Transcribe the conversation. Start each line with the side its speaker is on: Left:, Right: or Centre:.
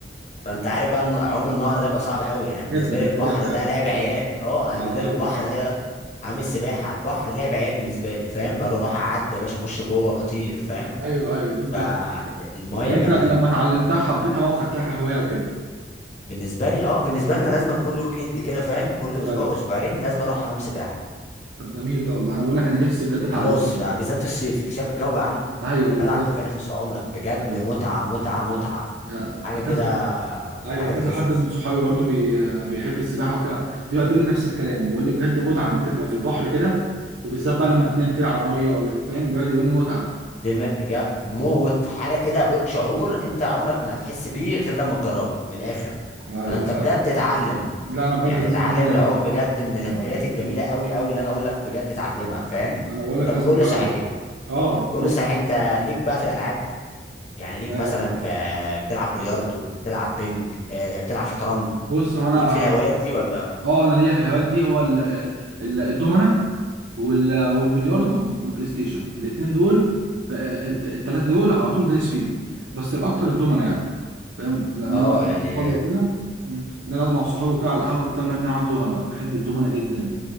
Left: فانت عارف بقى ان عوم النهر ده بيبقى صعب قوي يعني
Right: جدا
Left: بالنسبه
Right: ده
Left: لي البحر
Right: حقيقه فعلا
Left: ده لعب عيال اه انا
Right: لا،
Left: بالنسبه لي
Right: ايوه
Left: البحر
Right: ايوه
Left: ده حمام السباحه البحر لعب عيال بالنسبه لي فاهم بروح اعدي يا باشا اخش جوه بطير فاهم
Right: ايوه ايوه انت
Left: فالميه
Right: طب انت
Left: جامده
Right: لما
Left: جدا
Right: اتعلمتها حبيتها بقى وخدتها كهوايه وكده
Left: بالنسبه لي اه بالنسبه لي انا لازم كل ويك اند كده فاهم كل اسبوع
Right: ايوه
Left: اسبوعين لازم اروح حمام سباحه
Right: طب جميل ده والله انا بقول لك انا نفسي بجد اتعلمها
Left: خلاص
Right: والله
Left: ف- بالذات في الصيف انت شايف الجو بقى عامل إيه؟
Right: ايوه بالظبط
Left: يا جدع انت فاتك نص عمرك بجد
Right: ايوه
Left: متعه متعه متعه
Right: يا-
Left: حاجه كده
Right: كذا
Left: من
Right: ايوه
Left: الحاجات
Right: كذا
Left: اللذيذه
Right: حد من صحابي برضو بي... بيحب السباحه وكده بيقعد يقول لي نفس الكلام بيقول لي بجد متعه ان انت تبقى في البحر كده وبالذات بقى لما تنام كده على الميه ولا ت- فاهم بيقعد يقول لي متعه
Left: دماغ جا- موت حاجه كده بقول شعور انت عمرك ما هتحس بيه غير لما تجربه من الاخر
Right: ايوه
Left: فانت
Right: لا
Left: بجد اتعلم
Right: لا انا بجد
Left: يعني
Right: لازم
Left: اتعلم
Right: اتعلم
Left: العوم
Right: تاني
Left: بجد من الهوايات الجميله قوي قوي اللي انا اقول لك بجد اتعلمها فاهم
Right: انا بقول لك
Left: طب
Right: لازم
Left: قول
Right: اتعلم
Left: لي صحيح
Right: اه
Left: قول
Right: أوه.
Left: لي صحيح انت ليك بقى في الالعاب يعني ليك
Right: آه،
Left: مثلا في بتلعب بلياردو بتلعب بينج آه، بتلعب شطرنج
Right: بص هو انا
Left: ليك في
Right: اهو
Left: الهوايات دي ولا
Right: اه انا ليا في الهوايات دي هو ال- ال- الدومنه وال- والبلياردو والبلاي ستيشن الاثنين دول الثلاثه دول على طول دايس فيهم بس الاكتر الدومنه يعني فاهم لان
Left: اه
Right: انا أقعد مع
Left: يعني
Right: صحابي وكده مم. نقعد مع صحابي وكده على القهوه بتاع نقعد نلعب دومنه بقى بحب الدومنه جدا